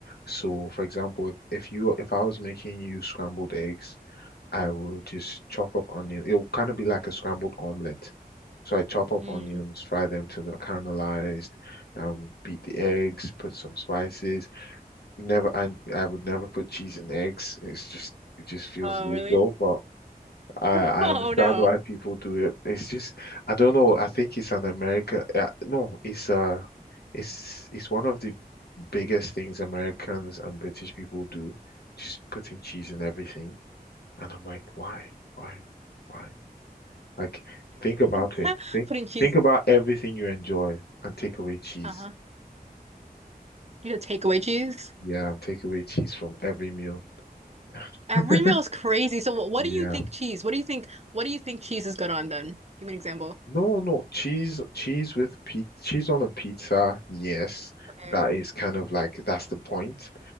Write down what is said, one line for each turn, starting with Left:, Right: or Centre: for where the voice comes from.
Left: So for example, if if you if I was making you scrambled eggs, I would just chop up onion. It would kind of be like a scrambled omelet. So I chop up
Right: Mm.
Left: onions, fry them till they're caramelized, um, beat the eggs, put some spices. Never, I I would never put cheese in eggs. It's just it just feels
Right: Oh,
Left: illegal,
Right: really?
Left: but I
Right: <laughs> Oh,
Left: I understand
Right: no.
Left: why people do it. It's just I don't know. I think it's an America. Uh, no, it's uh, it's it's one of the biggest things Americans and British people do, just putting cheese in everything. And I'm like, why, why, why? Like,
Right: <laughs>
Left: think about it. Think
Right: Putting cheese.
Left: think about everything you enjoy and take away cheese.
Right: Uh-huh. You know, takeaway cheese.
Left: Yeah, and take away cheese from every meal.
Right: Every
Left: <laughs>
Right: meal is crazy. So what, what
Left: Yeah.
Right: do you think cheese? What do you think? What do you think cheese is good on then? Give me an example.
Left: No, no, cheese, cheese with pizza, cheese on a pizza. Yes,
Right: Okay.
Left: that is kind of like that's the point.